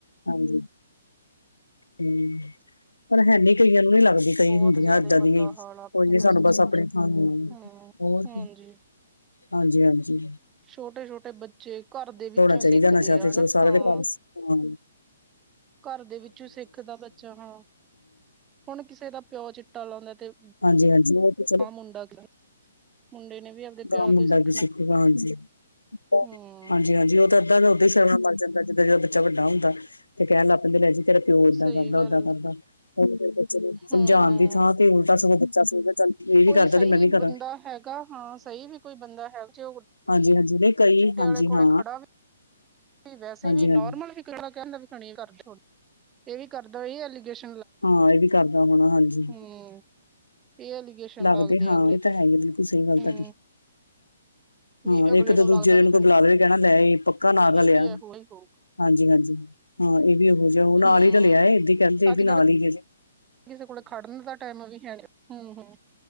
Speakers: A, on the left; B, on the right.
A: ਹਾਂਜੀ ਹਮ ਪਰ ਹੈਨੀ ਕਈ ਨੂੰ ਨੀ ਲੱਗਦੀ ਕਈ
B: ਬਹੁਤ
A: ਹੁੰਦੀਆਂ
B: ਜ਼ਿਆਦਾ
A: ਇਏਦਾਂ ਦੀ
B: ਮੰਦਾ ਹਾਲ
A: ਕੋਈ
B: ਆ ਆਪਣੇ
A: ਨੀ
B: ਤਾਂ
A: ਸਾਨੂੰ
B: ਸੱਚੀ
A: ਬਸ ਆਪਣੇ
B: ਕੁਛ
A: ਥਾਂ
B: ਹਮ
A: ਹੋਰ
B: <inaudible>
A: ਹਾਂਜੀ-ਹਾਂਜੀ
B: ਛੋਟੇ-ਛੋਟੇ ਬੱਚੇ ਘਰ ਦੇ ਵਿੱਚੋਂ
A: ਚਾਹੀਦਾ
B: ਸਿੱਖਦੇ
A: ਨਸ਼ਾ
B: ਆ
A: ਤੇ
B: ਹਨਾ
A: ਚਲੋ ਸਾਰੇ
B: ਹਾਂ
A: ਦੇ ਘਰ ਹਾਂ
B: ਘਰ ਦੇ ਵਿੱਚੋਂ ਸਿੱਖਦਾ ਬੱਚਾ ਹਾਂ ਹੁਣ ਕਿਸੇ ਦਾ ਪਿਓ ਚਿੱਟਾ ਲਾਉਂਦਾ ਤੇ
A: ਹਾਂਜੀ ਹਾਂਜੀ ਉਹ ਤੇ ਚਲੋ
B: ਮੁੰਡਾ ਮੁੰਡੇ ਨੇ ਵੀ
A: ਦਾ
B: ਪਿਓ ਤੋਂ
A: ਮੁੰਡਾ
B: ਹੀ ਸਿੱਖਣਾ
A: ਵੀ ਸਿੱਖੂਗਾ ਹਾਂਜੀ-ਹਾਂਜੀ-ਹਾਂਜੀ
B: ਹੂੰ
A: ਉਹ ਤਾਂ ਬੰਦਾ ਉਓਦਾਂ ਸ਼ਰਮ ਮਰ ਜਾਂਦਾ ਜਿੱਦ ਜਦੋਂ ਬੱਚਾ ਵੱਡਾ ਹੁੰਦਾ ਤੇ ਕਹਿ ਲਗ ਪਏ ਤੇਰਾ ਪਿਓ ਏਦਾਂ
B: ਸਹੀ
A: ਕਰਦਾ
B: ਗੱਲ
A: ਓਦਾਂ ਕਰਦਾ ਹੁਣ ਬੱਚੇ ਨੂੰ ਸਮਝਾਣ
B: ਹੂੰ-ਹੂੰ
A: ਦੀ ਥਾਂ ਤੇ ਉਲਟਾ ਸਗੋਂ ਬੱਚਾ ਐਵੇਂ
B: ਕੋਈ
A: ਕਰਦਾ
B: ਸਹੀ
A: ਤੇ ਮੈਂ ਵੀ ਕਰਾਂ
B: ਬੰਦਾ ਹੈਗਾ ਹਾਂ ਸਹੀ ਵੀ ਕੋਈ ਬੰਦਾ ਹੈ ਜੇ ਉਹ
A: ਹਾਂਜੀ-ਹਾਂਜੀ ਨਹੀਂ ਕਈ
B: ਚਿੱਟੇ
A: ਹਾਂਜੀ
B: ਵਾਲੇ ਕੋਲੇ
A: ਹਾਂ
B: ਖੜਾ ਵੈਸੇ
A: ਹਾਂਜੀ-ਹਾਂਜੀ।
B: ਵੀ ਨੋਰਮਲ ਵੀਾ <inaudible> ਕਹਿੰਦਾ ਵੀਣੀ ਕਰਦਾ ਇਹ ਵੀ ਕਰਦਾ ਇਹ ਐਲਿਗੇਸਨ
A: ਹਾਂ ਇਹ ਵੀ ਕਾਰਦਾ ਹੋਣਾ ਹਾਂਜੀ
B: ਹੂੰ ਇਹ ਐਲੀਗੇਸ਼ਨ
A: ਲੱਗਦੇ ਹਾਂ
B: ਅਗਲੇ
A: ਇਹ ਤਾਂ
B: ਤੇ
A: ਹੈ ਈ ਬਿਲਕੁਲ ਸਹੀ ਗੱਲ
B: ਹੂੰ
A: ਤੁਹਾਡੀ
B: ਵੀ
A: ਹਾਂ
B: ਅਗਲੇ
A: ਇੱਕ
B: ਨੂੰ
A: ਤੋ ਦੂਜੇ
B: ਲੱਗਦਾ
A: ਦਿਨ
B: ਵੀ
A: ਕੋਈ ਬੁਲਾ ਲਵੇ ਕਹਿਣਾ ਲੈ ਇਹ ਪੱਕਾ ਨਾਂ
B: ਇਹ
A: ਲੇਇਆ
B: ਵੀ ਇਹੋ ਹੀ ਹੋਊਗਾ
A: ਹਾਂਜੀ-ਹਾਂਜੀ ਹਾਂ ਇਹ ਵੀ ਇਹੋ ਜਿਹਾ ਉਹ ਨਾਲ
B: ਹੂੰ
A: ਤੇ <inaudible> ਰਾਲੀਆ ਇਏ ਕਹਿਣ ਤੇ ਇਹ
B: ਅੱਜ
A: ਵੀ ਨਾਲ
B: ਕੱਲ
A: ਹੀਜੇ
B: ਕਿਸੇ ਕੋਲ ਖੜਨ ਦਾ ਟਾਈਮ ਵੀ ਹੈ ਨੀ ਹੁ-ਹੁ